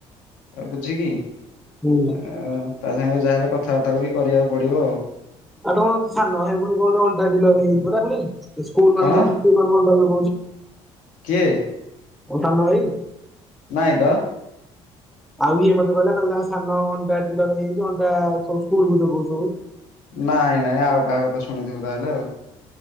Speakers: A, on the left (about 80°); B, in the centre.
A: ଆ ବୁଝିକି ଆ ତା
B: ହୁଁ, ହୁଁ।
A: ସାଙ୍ଗରେ ଯାହାହେଲେ କଥାବାର୍ତ୍ତା କରି କରିବାକୁ ପଡିବ ଆଉ।
B: ଆଉ ତମ ସାନ ଭାଇ ହେଇ କୋଉଠି ଅଣ୍ଡାଡିଲର ହେଇ ପରା ପୁଣି। ସ୍କୁଲ୍
A: କଣ
B: ମାନେ ତମ <unintelligible> ମୋ
A: କିଏ?
B: ସାନ ଭାଇ?
A: ନାଇଁ ତ।
B: ଆଉ ଇଏ ମତେ କହିଲା <unintelligible> ତାଙ୍କ ସାନ ଅଣ୍ଡା ଡିଲର ହେଇଯାଇଛି, ଅଣ୍ଡା ସବୁ ସ୍କୁଲକୁ ଯୋଗୋଉଛି ସବୁ।
A: ନାଇଁ-ନାଇଁ ଆଉ କାହା କଥା ଶୁଣିଥିବୁ ତାହେଲେ ଆଉ।